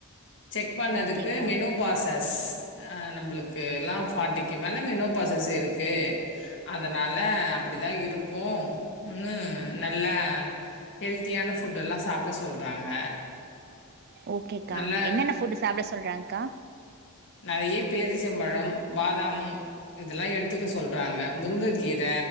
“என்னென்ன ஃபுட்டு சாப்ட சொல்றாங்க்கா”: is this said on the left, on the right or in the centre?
Right